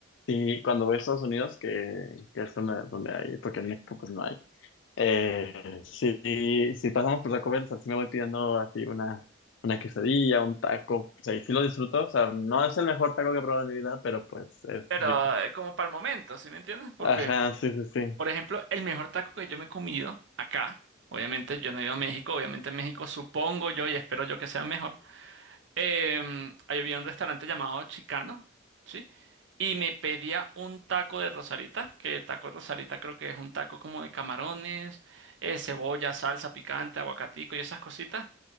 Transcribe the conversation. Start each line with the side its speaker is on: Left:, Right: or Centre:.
Left: sí, cuando voy a Estados Unidos, que, que es donde, donde hay, porque en México pues no hay. Eh, sí, si pasamos por Taco Bell, o sea, sí me voy pidiendo así una, una quesadilla, un taco. O sea, y sí lo disfruto. O sea, no es el mejor taco que he probado en mi vida, pero pues es
Right: pero
Left: rico.
Right: eh, como para el momento, ¿sí me entiendes? Porque,
Left: Ajá, sí, sí, sí.
Right: por ejemplo, el mejor taco que yo me he comido acá, obviamente yo no he ido a México, obviamente en México supongo yo y espero yo que sea mejor. em, ahí había un restaurante llamado Chicano, ¿sí? Y me pedía un taco de rosarita, que taco de rosarita creo que es un taco como de camarones, eh, cebolla, salsa picante, aguacatico y esas cositas.